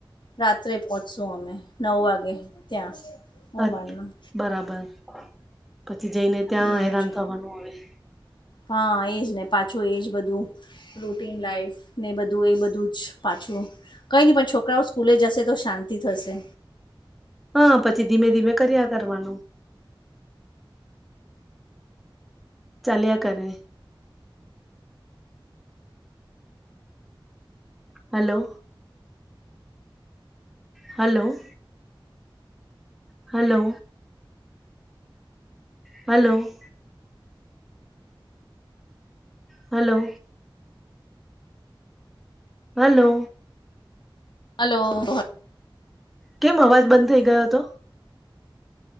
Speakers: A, on the left; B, in the centre.
A: રાત્રે પહોંચશુ અમે નવ વાગે ત્યાં ઓમાનમાં
B: અ બરાબર પછી જઈને ત્યાં
A: એવું
B: હેરાન
A: જ
B: થવાનું હ.
A: હા એ જ ને પાછું એ જ બધું રૂટીન લાઈફ ને બધું એ બધું જ. પાછું કઈ નહી પણ છોકરાઓ સ્કૂલે જશે તો શાંતિ થશે.
B: હા પછી ધીમે ધીમે કર્યા કરવાનું. ચાલ્યા કરે. Hello. Hello. Hello. Hello. Hello. Hello.
A: Hello.
B: કેમ અવાજ બંધ થઈ ગયો હતો.